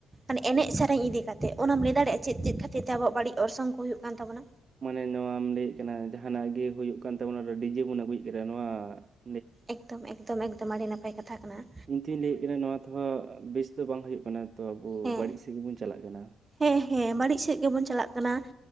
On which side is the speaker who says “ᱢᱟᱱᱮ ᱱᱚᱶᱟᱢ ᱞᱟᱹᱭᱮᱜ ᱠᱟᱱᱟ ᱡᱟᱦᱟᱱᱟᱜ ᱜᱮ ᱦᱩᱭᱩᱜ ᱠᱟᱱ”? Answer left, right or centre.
Right